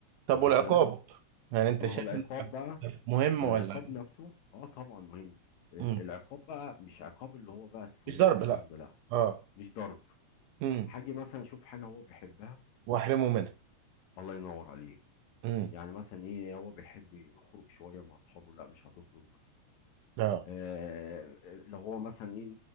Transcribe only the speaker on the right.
طب
والعقاب
يعني انت
شايف
ان العقاب
مهم
ولا لا؟
مم.
مش ضرب
لا
اه
مم.
واحرمه منها
مم.
اه